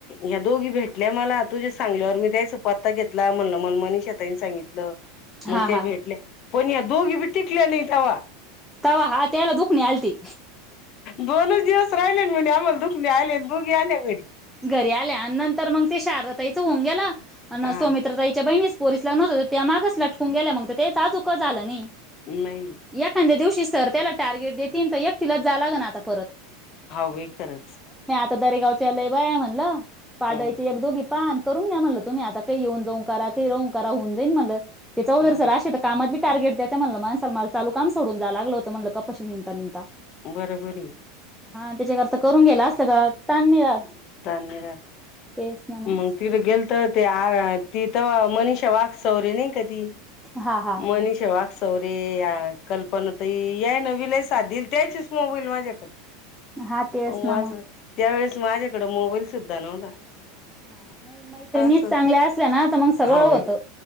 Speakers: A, on the left (about 40°); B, in the centre.
A: या् दोघी भेटल्या मला....... तुझ्या सांगल्यावर मी त्याचा पत्ता घेतला म्हणलं म मणी...... <unintelligible> <inaudible> मग
B: हा
A: त्या
B: हा
A: भेटल्या....... पण या दोघी भी टिकल्या नाही तवा
B: तवा हा त्याला दुखणे आलते.
A: दोनच दिवस राहिले म्हणे आम्हाला दुखणे आले दोघी आल्या घरी.
B: घरी आल्या आणि नंतर मग ते शारदतााईचं होऊन गेलं अ
A: हा
B: सौमित्रतााईच्या बहिणीस पोरीस लग्न नव्हत तर त्या मागच लटकून गेल्या मग त्याचं अजुक झालं नाही.....
A: नाही
B: याखाद्या दिवशी सर त्याला.... टार्गेट देतीन त एकटीलाच जायला लागण आता परत......
A: हा बाई खरंच.
B: पुदारी गावाच्या लय.... व्हया म्हणलं.... पाडळीच्या
A: हम्म
B: एक दोघी.... पान.... करून घ्या म्हणलं तुम्ही आता काही येऊन जाऊन करा काही राहू करा होऊन जाईन म्हणलं. ते चौधरी
A: बरं
B: सर अशे त कामात.... टार्गेट देता म्हणलं माणसाला मला चालू काम सोडून जाय लागलं होतं म्हणलं कपाशी निदंता निदंता......
A: बरोबर ये...
B: हा त्याच्याकरता करून गेला असल का ताण नाही राहत
A: तरात मगताण नाही राहत
B: तेच ना मग
A: मंग तीड गेलतो. त त्या ती तवा मनिषा वाग...... सौरी नाही का ती......
B: हा हा
A: मनीषा.. तोरे याक कल्पना ताई यानं बी लई साथ दिलंती यांचे च मोबाईल माझ्याकड...
B: हा तेच
A: हो
B: ना मग
A: अस त्या वेळेस... <unintelligible> तीकड मोबाईल सुद्धा नव्हता.
B: हा नाही मैत्रिणीच
A: असं
B: चांगल्या असल्या ना त मग सगळं
A: हो बाई
B: होत